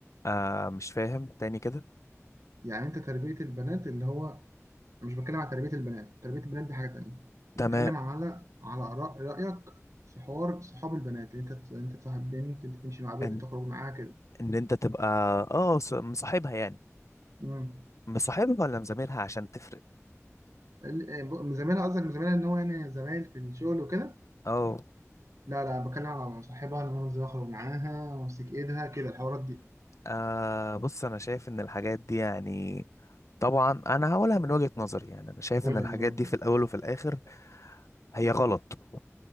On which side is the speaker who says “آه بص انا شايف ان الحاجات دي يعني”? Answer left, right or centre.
Left